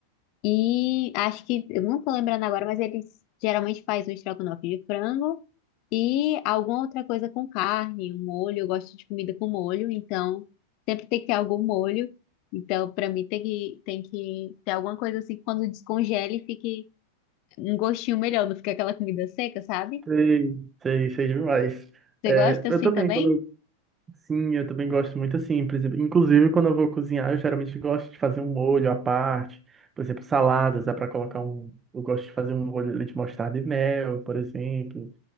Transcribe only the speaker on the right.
Sei, sei, sei demais.
É,
eu também,
quando eu, sim, eu também gosto muito assim. por exemplo, Inclusive, quando eu vou cozinhar, eu geralmente gosto de fazer um molho à parte. Por exemplo, saladas, dá para colocar um. Eu gosto de fazer um molho ali de mostarda e mel, por exemplo.